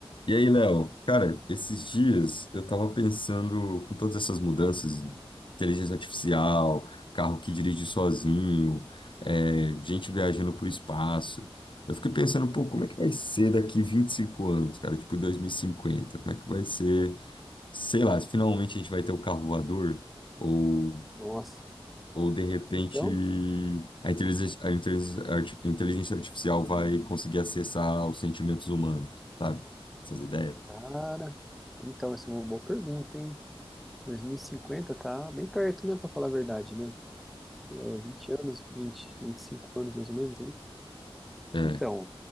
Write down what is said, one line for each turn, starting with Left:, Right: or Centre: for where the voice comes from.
Left: E aí, Léo, cara, esses dias eu tava pensando com todas essas mudanças, inteligência artificial, carro que dirige sozinho, é, gente viajando pro espaço. Eu fiquei pensando, pô, como é que vai ser daqui 25 anos, cara? Tipo, 2050? como é que vai ser? Sei lá, se finalmente a gente vai ter o carro voador ou,
Centre: Nossa,
Left: ou de repente
Centre: então,
Left: a inteligência, a inteligência arti- inteligência artificial vai conseguir acessar os sentimentos humanos, sabe? Essas ideias.
Centre: cara, então essa é uma boa pergunta, hein? 2050 tá bem perto, né, Pra falar a verdade, né? É 20, anos, vinte, vinte e cinco anos mais ou menos ali.
Left: É,
Centre: Então,